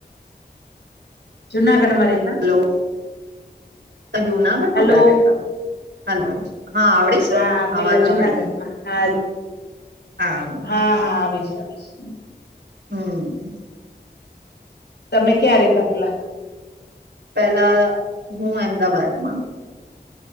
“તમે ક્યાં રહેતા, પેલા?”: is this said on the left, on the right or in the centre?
Left